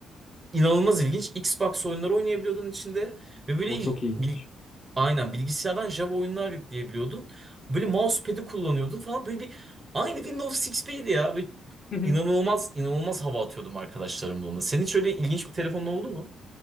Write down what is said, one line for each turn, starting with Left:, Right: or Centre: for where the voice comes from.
Right: inanılmaz ilginç. Xbox oyunları oynayabiliyordun içinde ve böyle
Left: O
Right: il-
Left: çok iyiymiş.
Right: bil- aynen bilgisayardan Java oyunlar yükleyebiliyordun. Böyle mousepad'i kullanıyordun falan böyle bir aynı Windows XP'ydi ya. Böyle
Left: <laughs>
Right: inanılmaz inanılmaz hava atıyordum arkadaşlarımla onunla. Senin hiç öyle ilginç bir telefonun oldu mu?